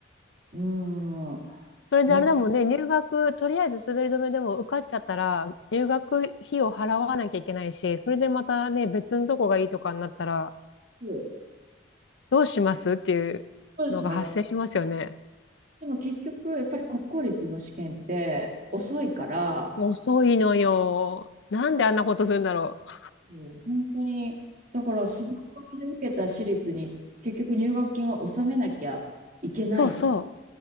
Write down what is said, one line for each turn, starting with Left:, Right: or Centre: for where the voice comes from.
Right: うーんも
Left: それであれだもんね。
Right: う
Left: 入学、とりあえず滑り止めでも受かっちゃったら、入学費を払わなきゃいけないし、それでまたね、別のとこがいいとかになったら、
Right: そう
Left: どうしますっていうのが発生しますよね。
Right: どうしますでも結局やっぱり国公立の試験って遅いから
Left: 遅いのよ。なんであんなことするんだろう。
Right: だからもう本当にだからすごいで受けた私立に結局入学金は納めなきゃいけない
Left: そうそ